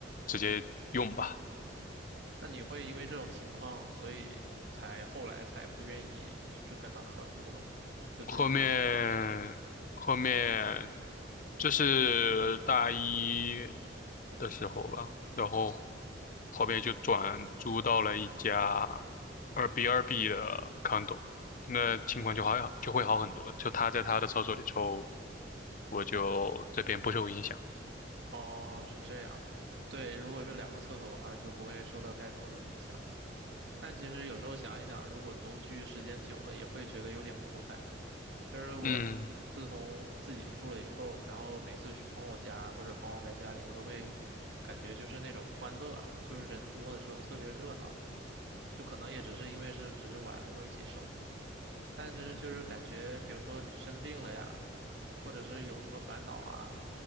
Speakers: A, on the left; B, on the right.
A: 直接用吧。
B: <laughs> 那你会因为这种情况，所以才后来才不愿意就是跟他合租了吗？就自己搬出去。
A: 后面后面这是大一的时候吧，然后后面就转租到了一家二 B 二 B 的 condo，那情况就好就会好很多，就他在他的厕所里抽，我就这边不受影响。
B: 哦，是这样。对，如果是两个厕所的话，就不会受到太多的影响。但其实有时候想一想，如果独居时间久了，也会觉得有点孤单。就是我自从自己住了以后，
A: 嗯
B: 然后每次去朋友家或者朋友来家里，我都会感觉就是那种欢乐啊，就是人多的时候特别热闹，就可能也只是因为是只是玩，没有一起生活。但就是就是感觉，比如说你生病了呀，或者是有什么烦恼啊，